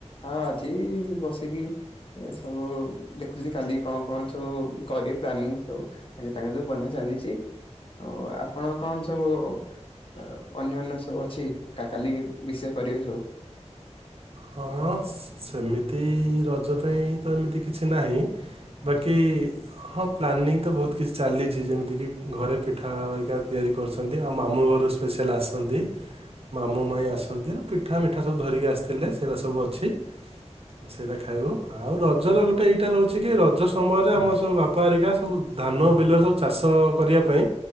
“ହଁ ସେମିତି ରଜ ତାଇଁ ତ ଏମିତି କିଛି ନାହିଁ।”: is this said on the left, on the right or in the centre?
Right